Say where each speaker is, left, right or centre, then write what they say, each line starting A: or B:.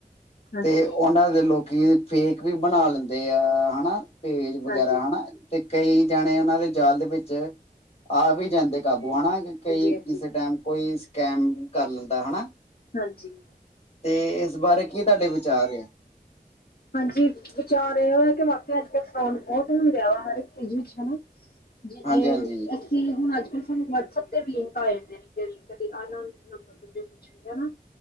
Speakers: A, on the left; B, on the left.
A: ਹਾਂਜੀ,
B: ਤੇ ਓਨਾਂ ਲੋਕੀ ਫੇਕ ਵੀ ਬਣਾ ਲੈਂਦੇ ਆ ਹਨਾ? ਪੇਜ ਵਗੈਰਾ
A: ਹਾਂਜੀ,
B: ਹਨਾ? ਤੇ ਕਈ ਜਣੇ ਉਹਨਾਂ ਦੇ ਜਾਲ ਦੇ ਵਿੱਚ ਆ ਵੀ ਜਾਂਦੇ। ਕਾਬੂ ਹਨਾ? ਕਈ
A: ਹਾਂਜੀ,
B: ਕਿਸੇ ਟਾਈਮ ਕੋਈ ਸਕੈਮ ਕਰ ਲੈਂਦਾ ਹਨਾ?
A: ਹਂਜੀ
B: ਤੇ, ਇਸ ਬਾਰੇ ਕੀ ਤੁਹਾਡੇ ਵਿਚਾਰ ਆ
A: ਹਾਂਜੀ, ਵਿਚਾਰ ਇਹੋ ਹੈ ਕਿ ਵਾਕਿਆ ਅੱਜ-ਕੱਲ ਫਰੋਡ ਬਹੁਤ ਹੁੰਦਾ ਐ, ਹਰ ਇੱਕ ਚੀਜ਼ ਵਿੱਚ ਹਨਾ। ਜਿਵੇਂ
B: ਹਾਂਜੀ, ਹਾਂਜੀ,
A: ਅ ਕਿ ਹੁਣ ਅੱਜ-ਕੱਲ ਸਾਨੂੰ ਵਟਸਐਪ ਤੇ ਵੀ ਲਿੰਕ ਆ ਜਾਂਦੇ ਨੇ ਕਦੇ ਆ ਅਨਨੋਨ ਨੰਬਰ ਤੋਂ ਠੀਕ ਐ ਨਾ